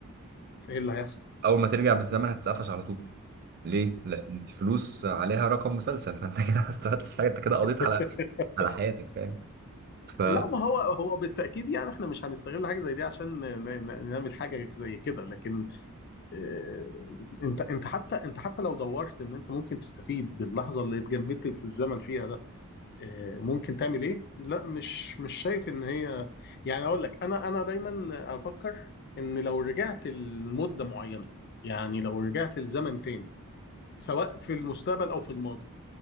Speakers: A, on the left; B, on the right.
A: ايه اللي هيحصل
B: اول ما ترجع بالزمن هتتقفش على طول ليه لان الفلوس عليها رقم مسلسل فانت <laughs> كده ما استفدتش حاجه انت كده قضيت
A: <laughs>
B: على على حياتك فاهم ف
A: لا ما هو هو بالتاكيد يعني احنا مش هنستغل حاجه زي دي عشان ن- ن- نعمل حاجه زي كده لكن آه، انت انت حتى انت حتى لو دورت ان انت ممكن تستفيد باللحظه اللي اتجمدت في الزمن فيها ده آه، ممكن تعمل ايه لا مش مش شايف ان هي يعني اقول لك انا انا دايما افكر ان لو رجعت لمده معينه يعني لو رجعت لزمن تاني سواء في المستقبل او في الماضي